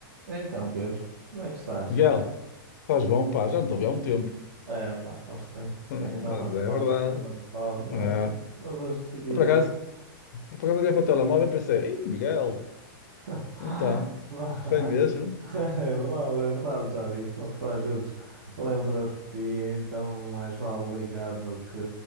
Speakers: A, on the right; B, on the left.
A: Então, Pedro, como é que estás?
B: Miguel, estás bom, pá, já não te ouvi há um tempo. <laughs>
A: É, pá, sabes que tenho,
B: Mas
A: tenho andado ocupado,
B: é verdade.
A: tenho andado ocupado, mas,
B: É.
A: mas hoje decidi.
B: Eu, por acaso, eu, por acaso olhei para o telemóvel e pensei, Ei, Miguel,
A: <laughs>
B: então,
A: Vá.
B: foi mesmo?
A: <laughs> É verdade, é verdade, já viste. Uma pessoa às vezes lembra-se de ti, então mais vale ligar do que,